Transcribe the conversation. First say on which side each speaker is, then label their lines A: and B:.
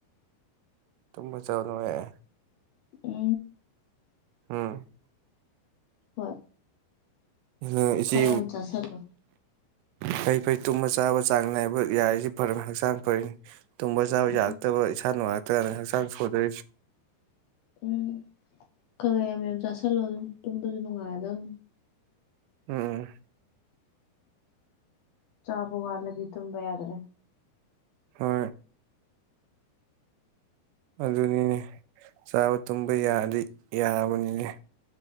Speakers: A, on the right; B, on the left.
A: ꯇꯃ ꯆꯉꯥꯏꯦ
B: ꯏ
A: ꯑꯝ
B: ꯍꯣꯏ
A: ꯑ ꯏꯁꯤ
B: ꯈꯔ ꯌꯥꯝ ꯆꯥꯁꯜꯂꯣ
A: ꯐꯩ ꯐꯩ ꯇꯨꯝꯕ ꯆꯥꯕ ꯆꯥꯡ ꯅꯥꯏꯕ ꯌꯥꯔꯤꯁꯤ ꯐꯔꯅꯤ ꯍꯛꯆꯥꯡ ꯐꯔꯅꯤ ꯇꯨꯝꯝꯕ ꯆ ꯌꯥꯖꯒ
B: ꯎꯝ
A: ꯇꯕ ꯆꯥ ꯑꯅ ꯍꯁꯥꯡ ꯁꯣꯗꯔꯤꯁ
B: ꯎꯝ ꯈꯔ ꯃ ꯆꯂꯣ ꯑꯗꯨ ꯇꯁꯨꯅꯨꯡꯉꯗ ꯝ
A: ꯎꯝ
B: ꯆꯥꯕ ꯋꯥꯠꯂꯗꯤ ꯇꯨꯝꯕ ꯌꯥꯗ꯭ꯔꯦ
A: ꯍ ꯑꯗꯨꯅꯤꯅꯦ ꯆꯥꯕ ꯇꯨꯝꯕ ꯌꯥꯗꯤ ꯌꯥꯕꯅꯤꯅꯦ